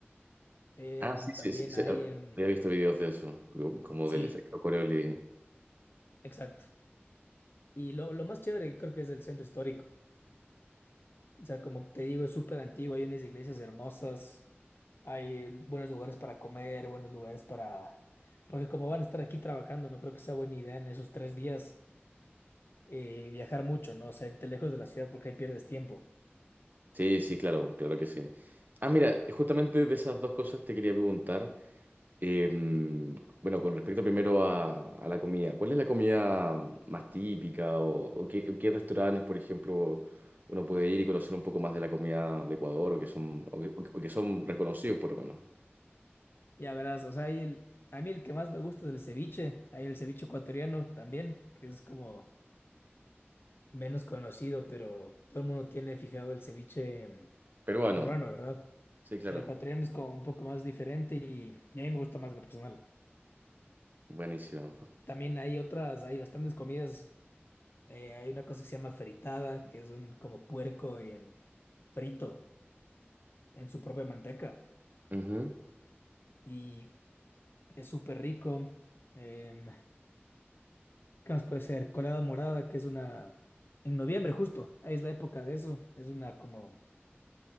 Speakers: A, on the left; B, on the right.
A: Em,
B: Ah, sí,
A: también
B: sí, sí, sí,
A: hay,
B: ah,
A: em,
B: Había visto videos de eso, co- como
A: sí,
B: del efecto Coriolis.
A: exacto. Y lo, lo más chévere que creo que es el centro histórico. O sea, como te digo, es súper antiguo, hay unas iglesias hermosas, hay eh, buenos lugares para comer, buenos lugares para... Porque como van a estar aquí trabajando, no creo que sea buena idea en esos tres días eh, viajar mucho, ¿no? O sea, irte lejos de la ciudad porque ahí pierdes tiempo.
B: Sí, sí, claro, claro que sí. Ah, mira, justamente de esas dos cosas te quería preguntar. eh, bueno, con respecto primero a, a la comida, ¿cuál es la comida más típica o, o qué, qué restaurantes, por ejemplo, uno puede ir y conocer un poco más de la comida de Ecuador o que son, o que, o que son reconocidos por lo menos?
A: Ya verás, o sea, ahí el- a mí el que más me gusta es el ceviche, hay el ceviche ecuatoriano también, que es como menos conocido, pero todo el mundo tiene fijado el ceviche mm,
B: Peruano.
A: peruano, ¿verdad?
B: Sí, claro.
A: Pero ecuatoriano es como un poco más diferente y, y a mí me gusta más lo personal.
B: Buenísimo.
A: También hay otras, hay bastantes comidas, eh, hay una cosa que se llama fritada, que es un como puerco en- frito en su propia manteca
B: Ujú.
A: y es súper rico. Em, ¿Qué más puede ser? Colada morada, que es una... En noviembre justo, ahí es la época de eso. Es una como...